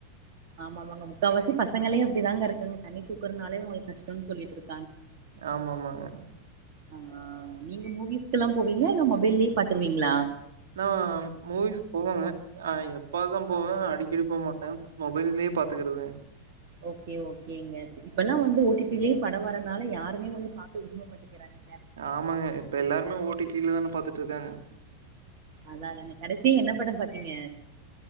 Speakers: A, on the right; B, on the right.
A: ஆமாமாங்க முக்கால்வாசி பசங்களே அப்படிதாங்க இருக்குாங்க தண்ணி தூக்குறதுனாலே உங்களுக்கு கஷ்டம்னு சொல்லிட்டு இருக்கு
B: ஆமாமாங்க
A: ஆஹ் நீங்க மூவிஸ்க்கெல்லாம் போவீங்களா இல்ல மொபைல்லயே பாத்துருவீங்களா
B: நான் மூவிஸ் போவேங்க எப்ப தான் போவேன் அடிக்கடி போக மாட்டேன் மொபைல்லயே பாத்துக்கறிறது
A: ஓகே ஓகேங்க இப்பெல்லாம் வந்து ஓடிபிலயே பட வரறனால யாருமே வந்து பா்த்த விரும்ப மாட்டேிக்கிறாங்க
B: ஆமாங்க இப்ப எல்லாருமே ஓ டி டில தான பாத்துட்ருக்காங்க
A: அதான் தாங்க கடைசி என்ன படம் பாத்தீங்க